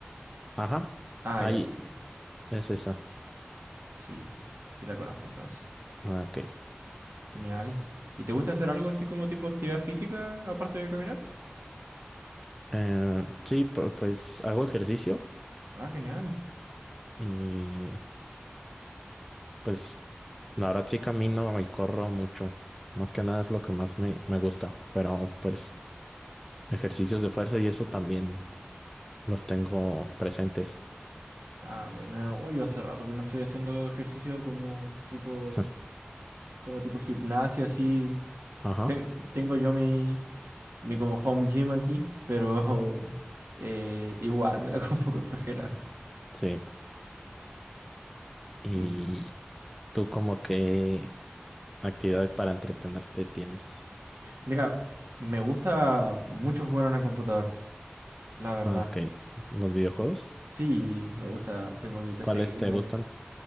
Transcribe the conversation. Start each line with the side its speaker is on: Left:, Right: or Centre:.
Centre: Ajá,
Right: Ah,
Centre: ahí
Right: ya sí.
Centre: es esa.
Right: Sí. Sí la conozco entonces.
Centre: Ah, ok.
Right: Genial. ¿Y te gusta hacer algo así como tipo actividad física aparte de caminar?
Centre: Eh, sí, pu- pues hago ejercicio
Right: Ah, genial.
Centre: y pues. La verdad sí camino y corro mucho. Más que nada es lo que más me, me gusta. Pero pues ejercicios de fuerza y eso también los tengo presentes.
Right: Ah, bueno, no, yo hace rato que no estoy haciendo ejercicio como tipo.
Centre: <laughs>
Right: como tipo gimnasio, así.
Centre: Ajá,
Right: Ten- tengo yo mi, mi como home gym aquí, pero <laughs> eh, igual me da como un poco de flojera.
Centre: sí. ¿Y
Right: Sí.
Centre: tú como qué actividades para entretenerte tienes?
Right: Mira, me gusta mucho jugar en el computador, la verdad.
Centre: Ah, ok. ¿Los videojuegos?
Right: Sí, me gusta, tengo mi PC
Centre: ¿Cuáles
Right: gamer.
Centre: te gustan?